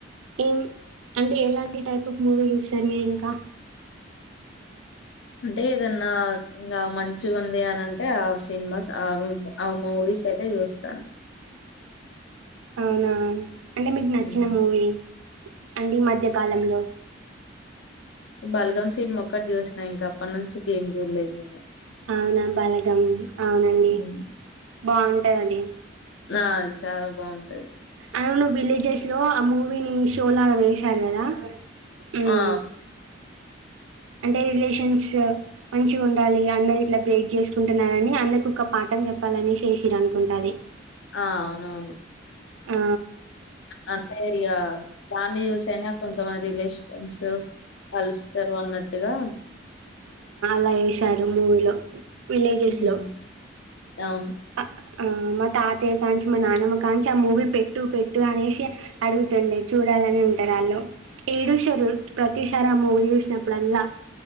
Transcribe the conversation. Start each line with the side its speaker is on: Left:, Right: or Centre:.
Right: ఏం అంటే ఎలాంటి టైప్ ఆఫ్ మూవీ చూస్తారు మీరు ఇంకా
Left: అంటే ఏదన్నా ఇంకా మంచి ఉంది అనింటే ఆ సినిమాస్ ఆ ఆ మూవీస్ అయితే చూస్తాను
Right: అవునా అంటే మీకు నచ్చిన
Left: హ్మ్
Right: మూవీ అండి ఈ మధ్యకాలంలో
Left: బల్గం సీనిమా మొక్కటి చూసిన ఇంక అప్పటి నుంచి ఏం చూడలేదు నేను
Right: అవునా బలగం అవునండి
Left: హ్మ్
Right: బాగుంటాది అది
Left: ఆ చాలా బాగుంటది
Right: అవును విలేజెస్ లో ఆ మూవీని షోలాగా వేశారు కదా హ్మ్
Left: ఆ
Right: అంటే రిలేషన్స్ మంచిగా ఉండాలి అందరు ఇట్లా బ్రేక్ చేసుకుంటున్నారని అందరికి ఒక పాఠం చెప్పాలని ఏషిర్రు అనుకుంటా అది
Left: ఆ అవునవును
Right: ఆ
Left: అంటే ఇక దాన్ని చూసి అయినా కొంతమంది రిలేషన్స్ కలుస్తారు అన్నట్టుగా
Right: లు ఏషారు మూవీలో విలేజెస్లో
Left: హ్మ్. అవును
Right: ఆ మా తాతయ కాంచి మా నాన్నమ్మ కాంచి ఆ మూవీ పెట్టు పెట్టు అనేసి అడుగుతుండే చూడాలని ఉంటారు వాళ్ళు ఏడుసారు ప్రతిసారి ఆ మూవీ చూసినప్పుడల్లా